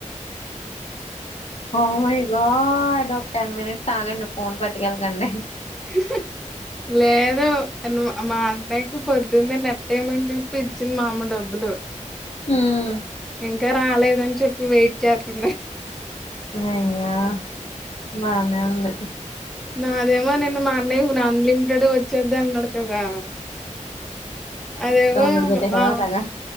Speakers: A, on the left (about 55°); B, in the centre.
A: ఓ మైగాడ్ ఓ టెన్ మినిట్స్ ఆగండి ఫోన్ పట్ట కెళ్ళకండి
B: హుహూ లేదు మా అన్నయకి పొద్దున్నే నట్టేమని జెప్పి ఇచ్చింది మా అమ్మ డబ్బులు
A: ఉమ్
B: ఇంకా రాలేదని చెప్పి వెయిట్ జేత్తున్న
A: అయ్యే బానే ఉంది
B: నాదేమో నిన్న మా అన్నయ్య అన్లిమిటెడ్ వచ్చేది అన్నాడు కదా అదేమో
A: దొంగడు పెట్టేసావా
B: ఆ
A: తెగ